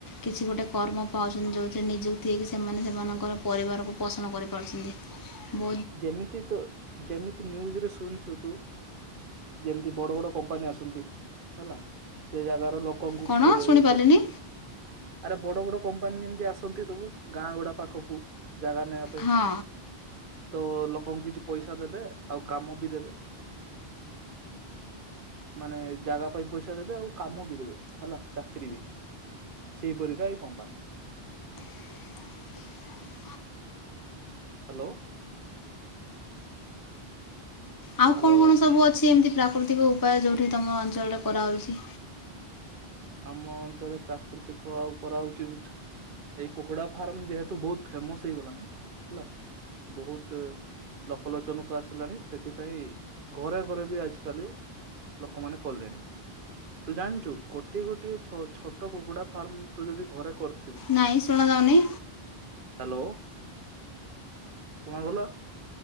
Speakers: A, on the left; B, on the right.
A: କିଛି ଗୋଟେ କର୍ମ ପାଉଛନ୍ତି ଯଉଥିରେ ନିଯୁକ୍ତି ହେଇକି ସେମାନେ ସେମାନଙ୍କର ପରିବାରକୁ ପୋଷଣ କରିପାରୁଛନ୍ତି ବୁ
B: ଯେମିତି ତ ଯେମିତି ନ୍ୟୁଜ ରେ ଶୁଣଛୁ। ତୁ ଯେମିତି ବଡ ବଡ କମ୍ପାନୀ ଆସନ୍ତି ହେଲା ସେ ଜାଗାର ଲୋ ଲୋକଙ୍କୁ
A: କଣ
B: କିଏ
A: ଶୁଣିପାରିଲିନି
B: ଲୋକ ଆରେ ବଡ ବଡ। କମ୍ପାନୀ ଏମିତି ଆସନ୍ତି ସବୁ ଗାଁ ଗୁଡା ପାଖକୁ ଜାଗା ନେବା ପାଇଁ।
A: ହଁ
B: ଓ ଲୋକଙ୍କୁ କିଛି ପଇସା ଦେବେ ଆଉ କାମ ବି ଦେବେ। ମାନେ ଜାଗା ପାଇଁ ପଇସା ଦେବେ ଆଉ କାମ ବି ଦେବେ ହେଲା ଚାକିରୀ ବି। ସେଇ ପରିକା ଏଇ କମ୍ପାନୀ।
A: <inaudible>
B: ହାଲୋ।
A: ଆଉ
B: ହ୍ୟାଲୋ
A: କଣ କଣ ସବୁ ଅଛି ଏମିତି ପ୍ରାକୃତିକ ଉପାୟ ଯୋଉଠି ତମ ଅଞ୍ଚଳରେ କରାହଉଚି।
B: ଆମ ଅଞ୍ଚଳରେ ପ୍ରାକୃତିକ ଆଉ କରାହଉଚି ଛି। ଏଇ କୁକୁଡା ଫାର୍ମ ଯେହେତୁ ବହୁତ ଫେମସ ହେଇଗଲାଣି ହେଲା ବହୁତ। ଲୋକଲୋଚନକୁ ଆସିଲାଣି ସେଥିପାଇଁ ଘରେ ଘରେ ବି ଆଜିକାଲି। ଲୋକମାନେ କଲେଣି ତୁ ଜାଣିଛୁ ଗୋ ଗୋଟିଏ ଗୋଟିଏ ଛୋ ଛୋଟ କୁକୁଡା ଫାର୍ମ ତୁ ଯଦି ଘରେ କର
A: ନାଇଁ ଶୁଣା ଯାଉନି।
B: ହାଲୋ। ଶୁଣା ଗଲା?